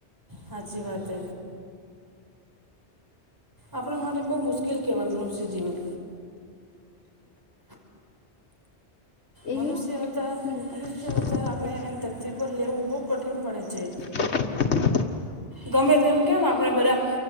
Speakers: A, on the right; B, on the left.
A: હાચી વાત હ. આપણા માટે બહુ મુશ્કેલ કહેવાય મનુષ્ય જીવન.
B: એવું
A: મનુષ્ય અવતાર
B: નથી
A: મનુષ્ય અવતાર આપણે
B: એ
A: એની ધરતી પર લેવું બહુ કઠિન પડે છે.
B: <inaudible>
A: ગમે તે એમ કેમ આપણે બધા